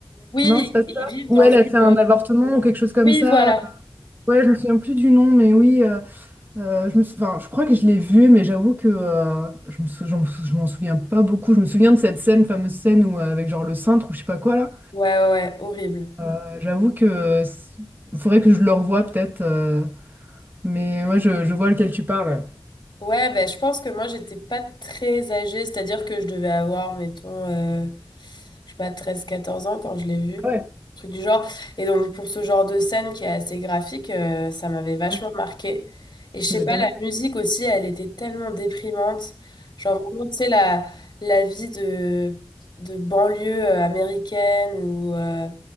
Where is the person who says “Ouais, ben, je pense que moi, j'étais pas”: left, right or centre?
Left